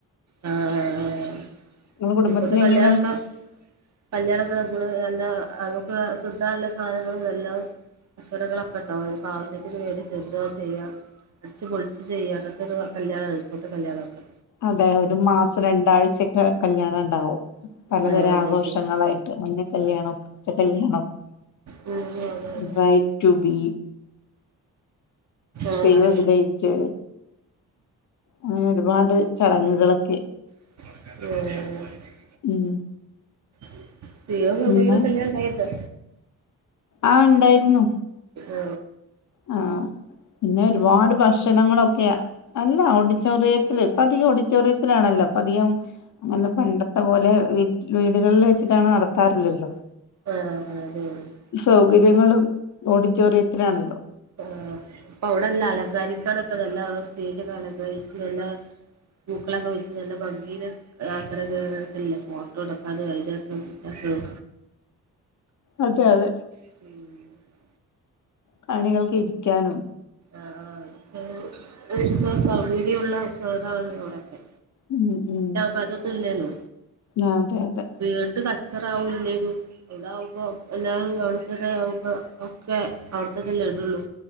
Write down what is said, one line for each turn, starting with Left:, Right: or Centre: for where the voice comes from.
Right: ആഹ് ഹ്ത്ത
Left: നിങ്ങളെ കുടുംബത്തിലെങ്ങനെ
Right: ഇപ്പത്തെ കല്യാണക്കെ കല്യാണത്തിന് നമ്മള് എല്ലാ അവുക്ക് സുദ്ധല്ല സാധനങ്ങളും എല്ലാം കച്ചടകളൊക്കെ ഉണ്ടാവും അതിപ്പ ആവശ്യത്തിന് വേടിച്ചെന്തും ചെയ്യാം അടിച്ച് പൊളിച്ച് ചെയ്യാത്തൊരു കല്യാണ് ഇപ്പത്തെ കല്യാണക്കെ
Left: അതെ ഒരു മാസം രണ്ടാഴ്ചക്കെ കല്യാണം ഉണ്ടാവും പലതരം
Right: ആഹ് അതെ
Left: ആഘോഷങ്ങളായി
Right: അതെ
Left: മഞ്ഞ കല്യാണം പച്ച കല്യാണം
Right: ഉം അതെ അതെ
Left: ബൈടുബി
Right: ആഹ്
Left: സേവ്ദഡേറ്റ്
Right: അതെ
Left: അങ്ങനെ ഒരുപാട് ചടങ്ങുകളൊക്കെ
Right: <inaudible>
Left: ഉം
Right: <inaudible> എവിടെങ്കിലും
Left: പിന്നെ
Right: കല്യാണം ഉണ്ടായിരുന്നോ
Left: ആ ഉണ്ടായിരുന്നു
Right: ആ
Left: ആ പിന്നെ ഒരുപാട് ഭഷ ക്ഷണങ്ങളൊക്കെയാ അല്ല ഓഡിറ്റോറിയത്തില് പ്പധികം ഓഡിറ്റോറിയത്തിലാണല്ലോ പ്പധികം അങ്ങനെ പണ്ടത്തെ പോലെ വിറ്റ് വീടുകളിൽ വെച്ചി ട്ടാണ് നടത്താറില്ലല്ലോ
Right: ആഹ് അതെ
Left: സൗകര്യങ്ങളും ഓഡിറ്റോറിയത്തിനാണല്ലോ
Right: ആ പ്പവിടെ എല്ലാം അലങ്കരിക്കാനൊക്കെ നല്ല സ്റ്റേജൊക്കെ അലങ്കരിച്ച് നല്ല പൂക്കളൊക്കെ വെച്ച് നല്ല ഭംഗീല് ആക്കനല്ലേ ആക്കണില്ല ഫോട്ടോ എടുക്കാനും അയിനൊക്കെ <inaudible>
Left: അതെ അതെ
Right: ഉം <unintelligible>
Left: കാണികൾക്ക് ഇരിക്കാനും
Right: ആ ആ് അതൊക്കെന്ത സൗകര്യമുള്ളസതക എവിടൊക്കെ
Left: ഉം ഉം <unintelligible>
Right: പതോ തുുള്ളേുന്നു
Left: ആ അതെ അതെ
Right: വീട്ട് കച്ചറ ആാവല്ലേനു എവിടെ ആകുമ്പോ എല്ലാവരും അവിടുത്തത ആവുമ്പോ ഒക്കെ അവിടുത്തതെല്ലാം ഇടുള്ളൂ